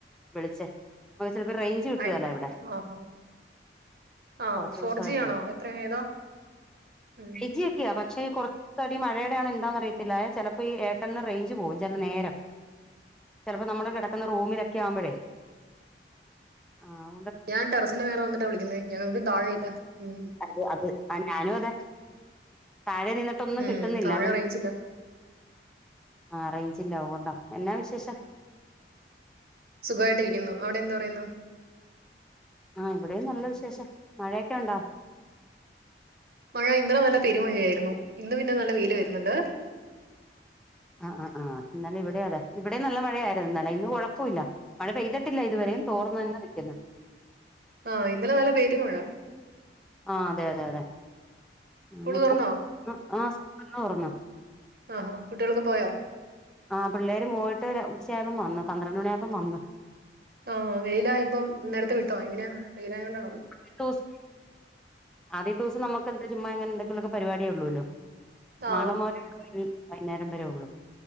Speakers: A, in the centre; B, on the right.
A: വിളിച്ചേ ഇപ്പോ റേഞ്ച് കിട്ടുകേല
B: ആയ്ക്കോട്ടെ
A: ഇവിടെ
B: ആഹാ. ആഹ്
A: കുറച്ച്
B: ഫോർ
A: ദിവസമായിട്ടെ
B: ജി ആണോ എത്ര ഏതാ ഉം.
A: ഫൈവ് ജി പക്ഷെ കൊറച്ച് <unintelligible> മഴേ എന്താന്ന് അറയത്തില്ല ചെലപ്പോ ഈ ഏർടെല്ല്ന് റേഞ്ച് പോകും ചെല നേരം. ചെലപ്പോ നമ്മള് കെടക്ക്ന്ന റൂമിലൊക്കെ ആവുമ്പഴേ ആഹ്
B: ഞാൻ ടെറസിന്റെ മേലെ വന്നിട്ടാ വിളിക്കുന്നേ ഞങ്ങക്കും താഴെയില്ല ഉം.
A: ആഹ് ഞാനും അതെ താഴെ നിന്നിട്ടൊന്നും
B: ഉം
A: കിട്ട്ന്നില്ല
B: താഴെ റേഞ്ചില്ല
A: ആഹ് അറേഞ്ചില്ല അയ് ഓണ്ടാ, എന്നാ വിശേഷം?
B: സുഖവായിട്ടിരിക്കുന്നു. അവ്ടെന്ത് പറയ്ന്നു?
A: ആഹ് ഇവ്ടേം നല്ല വിശേഷം, മഴയൊക്കെയൊണ്ടോ?
B: മഴ ഇന്നലെ നല്ല പെരുമഴയായിരുന്നു. ഇന്ന് പിന്നെ നല്ല വെയില് വെരുന്നുണ്ട്.
A: ആ ഇന്നലെ ഇവിടേം അതെ ഇവിടേം നല്ല മഴയായിരുന്നു ഇന്നലെ ഇന്ന് കൊഴപ്പോല്ല. മഴ പെയ്തിട്ടില്ല ഇതുവരെയും
B: ഉം
A: തോർന്നു തന്നെ നിക്കുന്നു.
B: ആഹ് ഇന്നലെ നല്ല പെരുംമഴ.
A: ആ അതെ അതെ അതെ ആ
B: സ്കൂള്
A: ഇന്ന് സ്കൂ
B: തുറന്നോ
A: ആ സ്കള്ന്ന് തോർന്നു
B: ആഹ് കുട്ട്യാളൊക്കെ പോയാ
A: ആ പിള്ളേര് പോയിട്ട് ഒരു ഉച്ചയാകുമ്പം വന്നു പന്ത്രണ്ട് മണി ആകുമ്പം വന്നു.
B: ആ വെയിലായപ്പം നേരത്തെ വിട്ടോ എങ്ങനെയാ വെയിലായേണ്ടാണോ.
A: <inaudible> ആദ്യത്തെ ദിവസം നമുക്ക് എന്താ ചുമ്മാങ്ങന എന്തെങ്കിലും ഒക്കെ പരിപാടി ഉള്ളൂല്ലോ
B: ആഹ്
A: നാളെ മൊതല് <unintelligible> വൈന്നേരം വരെേ ഒള്ളൂ.